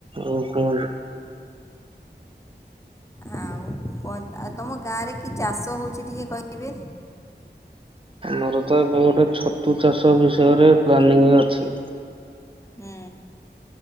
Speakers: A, on the right (about 30°); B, on the left (about 15°).
A: ଆ କ
B: ଆଉ କଉ ତମ ଗାଁରେ କି ଚାଷ ହଉଛି ଟିକେ କହିବେ।
A: ଆମର ତ ଏବେ ଗୋଟେ ଛତୁ ଚାଷ ବିଷୟରେ ପ୍ଲାନିଂ ଅଛି।
B: ହୁଁ।